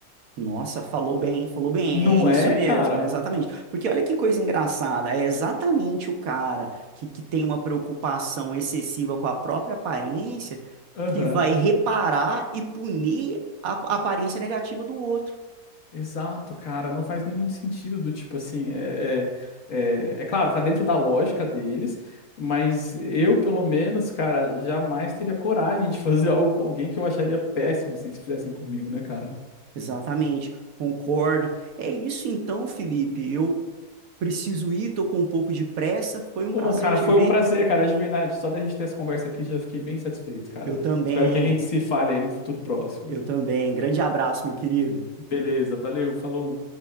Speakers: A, on the right (about 70°); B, on the left (about 60°).
A: Nossa, falou bem, falou bem,
B: Não
A: é isso
B: é,
A: mesmo,
B: cara?
A: é exatamente. Porque olha que coisa engraçada, é exatamente o cara que, que tem uma preocupação excessiva com a própria aparência
B: Aham.
A: que vai reparar e punir a, a aparência negativa do outro.
B: Exato, cara, não faz nem muito sentido do tipo assim, é, é, é, é claro, tá dentro da lógica deles, mas eu, pelo menos, cara, jamais teria coragem de fazer <laughs> algo com alguém que eu acharia péssimo assim, se fizessem comigo, né, cara?
A: Exatamente, concordo. É isso então, Felipe, eu preciso ir, tô com um pouco de pressa, foi
B: Ô,
A: um prazer
B: cara,
A: te
B: foi
A: ver.
B: um prazer, cara, de verdade. Só da gente ter essa conversa aqui já fiquei bem satisfeito, cara.
A: Eu também,
B: Espero que a gente se fale aí no futuro próximo.
A: eu também. Grande abraço, meu querido.
B: Beleza, valeu, falou.